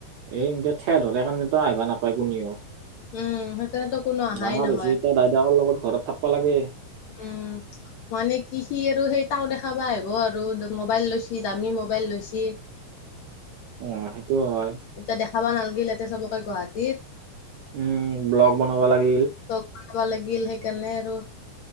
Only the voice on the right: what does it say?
এই এনকে ঠেহ ধৰে কাৰণেতো আহিবা নাপায় কোনেও
ডাঙৰ
হৈছি এতিয়া দাইদাকৰ লগত ঘৰত থাকিবা লাগে
অ সেইটোও হয়
উম ব্লগ বনাবা লাগিল